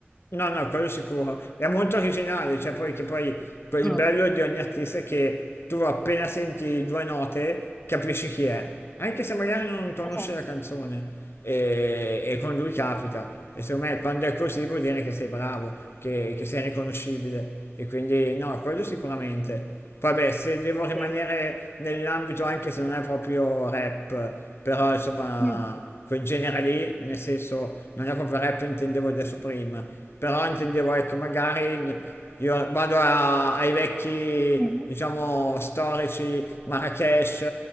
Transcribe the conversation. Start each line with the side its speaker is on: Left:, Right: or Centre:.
Left: No, no, quello sicuro. È molto originale, cioè poi che poi poi
Centre: Mm,
Left: il bello di ogni artista è che tu appena senti due note capisci chi è, anche se magari non conosci
Centre: Esatto.
Left: la canzone e, e con lui capita. E secondo me quando è così vuol dire che sei bravo, che, che sei riconoscibile. E quindi no, quello sicuramente. Vabbè, se devo rimanere
Centre: sì.
Left: nell'ambito anche se non è proprio rap, però insomma,
Centre: Mm,
Left: quel genere lì, nel senso, non è proprio rap, intendevo adesso prima, però intendevo, ecco, magari io vado a- ai vecchi,
Centre: Mhm.
Left: diciamo, storici, Marrakesh,